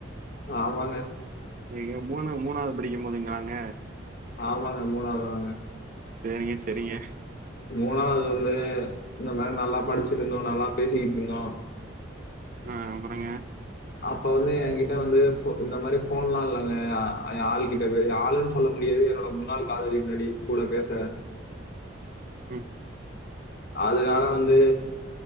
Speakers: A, on the left (about 50°); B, on the right (about 40°).
A: ஆமாங்க
B: நீ மூணு மூணாவது படிக்கும் போதுங்களாங்க
A: ஆமாங்க மூணாவது தாங்க
B: சேரிங்க சேரிங்க
A: மூணாவது லர்ந்து இந்த மாரி நல்லா படிச்சிட்ருந்தோ நல்லா பேசிட் இருந்தோ
B: ம் அப்றங்க
A: அப்ப வந்து ஏ கிட்ட வந்து இந்த மாரி ஃபோன்லா இல்லங்க ஆள்கிட்ட ஆளுன் னு சொல்ல முடியாது என்னோட முன்னாள் காதலி பின்னாடி கூட பேச
B: ம்
A: அதுனால வந்து